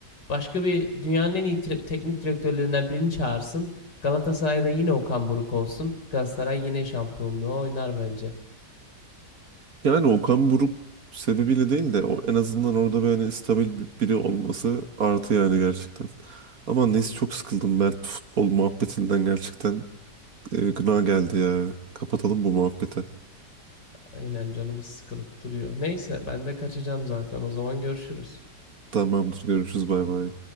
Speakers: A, on the left; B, on the right.
A: başka bir dünyanın en iyi tre- teknik direktörlerinden birini çağırsın. Galatasaray'da yine Okan Buruk olsun. Galatasaray yine şampiyonluğu oynar bence.
B: Yani Okan Buruk sebebiyle değil de o, en azından orada böyle hani, stabil bir- biri olması artı yani gerçekten. Ama neyse çok sıkıldım ben futbol muhabbetinden gerçekten. Ee, gına geldi ya. Kapatalım bu muhabbeti.
A: Aynen canımız sıkılıp duruyor. Neyse ben de kaçacağım zaten. O zaman görüşürüz.
B: Tamamdır görüşürüz bay bay.